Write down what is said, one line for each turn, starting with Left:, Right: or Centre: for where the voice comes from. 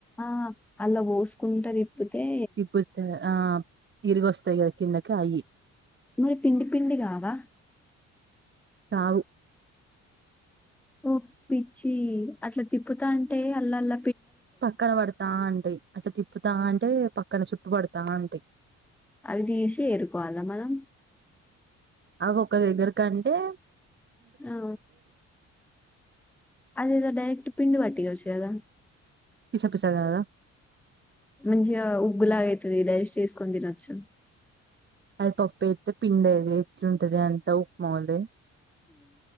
Centre: ఆ అల్ల వోసుకుంట తిప్పుతే
Right: తిప్పుతే ఆ తిరిగొస్తయిగద కిందకి అయ్యి
Centre: మరి పిండి పిండిగావా
Right: కావు
Centre: ఓ పిచ్చి అట్ల తిప్పుతాంటే అల్లల్ల
Right: పక్కన పడతాంటయి అట్ల తిప్పుతాంటే పక్కన సుట్టుపడతాంటయి
Centre: అవి తీసి ఏరుకోవాలా మనం
Right: అవొక దగ్గరికంటే
Centre: ఆ అదేదో డైరెక్ట్ పిండి వట్ యొచ్చు గదా
Right: పిస పిస గాదా
Centre: మంచిగ ఉగ్గులాగయితది డైజెస్ట్ ఏసుకొని తినొచ్చు
Right: అది పప్పేత్తే పిండి అయ్యేది ఎట్లుంటదే అంత ఉప్మోలే